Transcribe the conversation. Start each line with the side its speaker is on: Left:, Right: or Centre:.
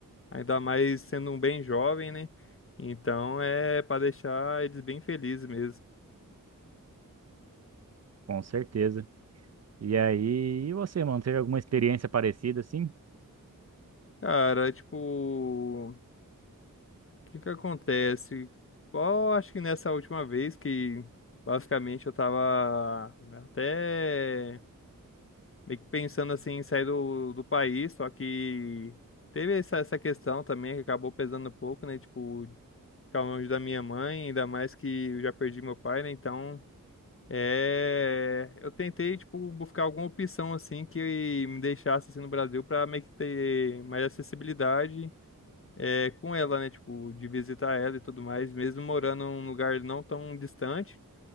Left: ainda mais sendo um bem jovem, né? Então é pra deixar eles bem felizes mesmo.
Right: Com certeza. E aí, e você, mano, teve alguma experiência parecida assim?
Left: Cara, tipo. O que que acontece? Qual, acho que nessa última vez que basicamente eu tava até meio que pensando assim em sair do, do país, só que teve essa, essa questão também que acabou pesando um pouco, né? Tipo, ficar longe da minha mãe, ainda mais que eu já perdi meu pai, né? Então, é, eu tentei, tipo, buscar alguma opção assim que me deixasse assim no Brasil pra meio que ter mais acessibilidade é, com ela, né? Tipo, de visitar ela e tudo mais, mesmo morando num lugar não tão distante,